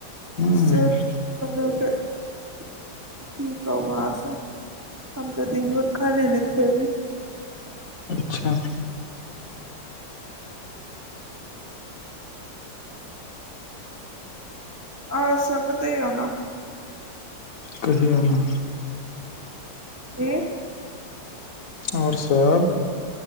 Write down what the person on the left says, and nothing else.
हूं
अच्छा
कहिआ न
और सभ